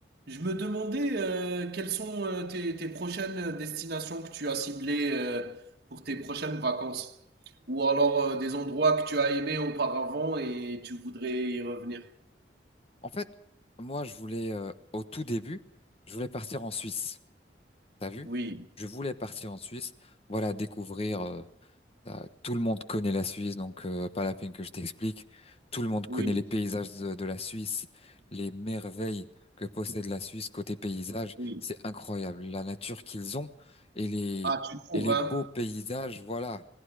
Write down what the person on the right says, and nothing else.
Je me demandais euh, quelles sont euh, tes, tes prochaines destinations que tu as ciblées euh, pour tes prochaines vacances, ou alors euh, des endroits que tu as aimés auparavant et tu voudrais y revenir.
Oui,
oui,
oui.
Ah, tu trouves,
hein?